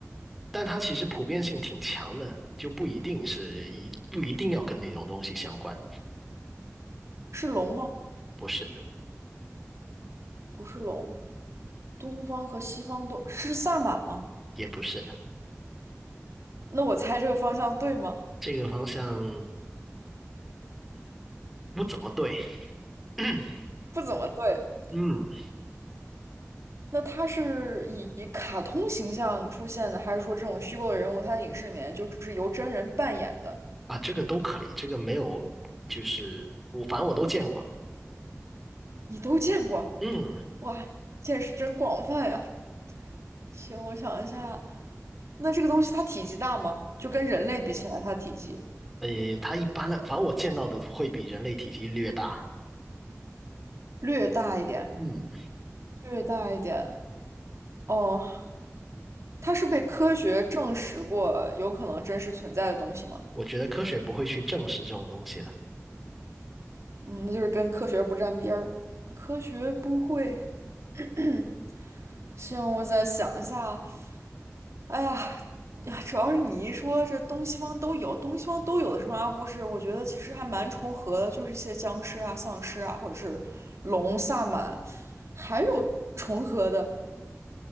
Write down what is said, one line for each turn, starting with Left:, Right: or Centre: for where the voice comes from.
Centre: 但它其实普遍性挺强的，就不一定是一不一定要跟那种东西相关，
Right: 是龙吗？
Centre: 不是，
Right: 不是龙。东方和西方都是萨满吗？
Centre: 也不是，
Right: 那我猜这个方向对吗？
Centre: 这个方向不怎么对。<clears throat>
Right: 不怎么对。
Centre: 嗯，
Right: 那他是以卡通形象出现的，还是说这种虚构的人物，他在影视里面就是由真人扮演的？
Centre: 啊，这个都可以，这个没有，就是我反正我都见过。
Right: 你都见过，
Centre: 嗯，
Right: 哇，见识真广泛呀！行，我想一下，那这个东西它体积大吗？就跟人类比起来，它体积
Centre: 呃，它一般的，反正我见到的会比人类体积略大。
Right: 略大一点，
Centre: 嗯，
Right: 略大一点。哦，它是被科学证实过有可能真实存在的东西吗？
Centre: 我觉得科学不会去证实这种东西的。
Right: 嗯，那就是跟科学不沾边儿，科学不会 <clears throat>。行，我再想一下。哎呀，呀主要是你一说这东西方都有，东西方都有的神话故事，我觉得其实还蛮重合的，就是一些僵尸啊、丧尸啊，或者是龙、萨满，还有重合的，